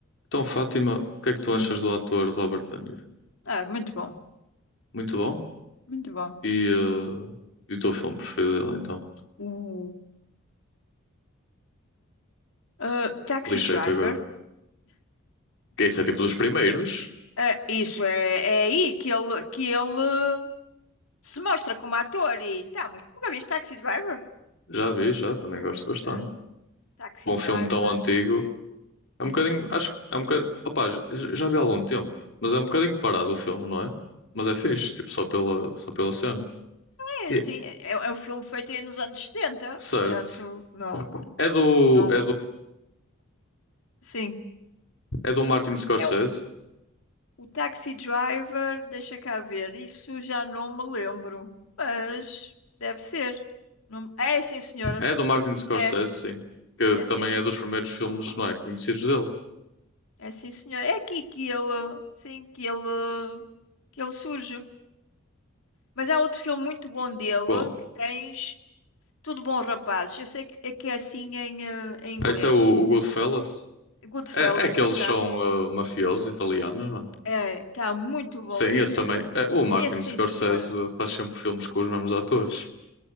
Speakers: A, on the left; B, on the left.
A: Então, Fátima, o que é que tu
B: Hum.
A: achas do ator Robert De Niro?
B: Ah, muito bom,
A: Muito bom.
B: muito bom.
A: E, eh, e o teu filme preferido dele, então?
B: o Ah, Taxi
A: Lixei-te
B: Driver.
A: agora. Que isso é tipo dos primeiros?
B: Ah, isso é, é aí que ele, que ele se mostra como ator e tá muito. Nunca viste Taxi Driver?
A: Já vi, já. Também gosto bastante.
B: Já. Taxi
A: Um
B: Driver.
A: filme tão antigo. É um bocadinho. Acho que é um bocadinho. Opá, já, já vi há algum tempo. Mas é um bocadinho parado o filme, não é? Mas é fixe, tipo, só pela, só pela cena.
B: É assim,
A: E-
B: é, é é um filme feito aí nos anos setenta
A: Certo.
B: portanto, não,
A: É do,
B: não.
A: é do,
B: Sim.
A: é do Martin Scorsese?
B: É um- o Taxi Driver, deixa cá ver, isso já não me lembro, mas deve ser. Não- é sim, senhora.
A: É do Martin Scorsese,
B: É,
A: sim. Que
B: é
A: também
B: sim.
A: é dos primeiros filmes, não é? Conhecidos dele.
B: É sim, senhor. É aqui que ele, sim, que ele, que ele surge. Mas há outro filme muito bom dele
A: Qual?
B: que tens Tudo Bom, Rapazes. Eu sei que é, que é assim em, eh, em inglês.
A: Ah, Esse é o, o Goodfellas?
B: Goodfellas,
A: É, é que
B: exato.
A: eles são ah, mafiosos italianos, não é?
B: É, está muito bom
A: Sim,
B: esse.
A: esse também. É, o Martin
B: Esse,
A: Scorsese
B: sim, senhora.
A: faz sempre filmes com os mesmos atores.